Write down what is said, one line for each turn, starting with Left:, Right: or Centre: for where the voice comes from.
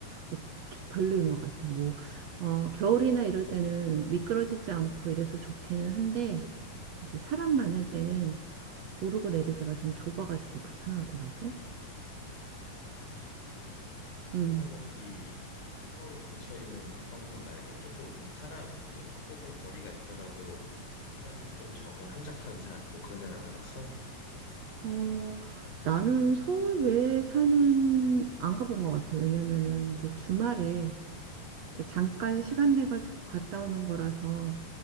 Right: 어, 별로인 것 같아. 뭐 어, 겨울이나 이럴
Left: 어,
Right: 때는 미끄러지지 않고 이래서 좋기는 한데 이제 사람 많을 때는
Left: 어,
Right: 오르고 내릴 때가 좀 좁아가지고 불편하더라고.
Left: 그렇겠네.
Right: 음.
Left: 그러면은 이 서울 근처에 있는 가까운 산 말고 조금 사람 뭐 조금 거리가 있더라도 사람들이 좀 적은 한적한 산 뭐 그런 데는 안 가봤어?
Right: 어, 나는 서울 외에 사는 안 가본 것 같아. 왜냐면은 이제 주말에
Left: 음, 음,
Right: 이제 잠깐
Left: 음,
Right: 시간 내 가지고 갔다 오는 거라서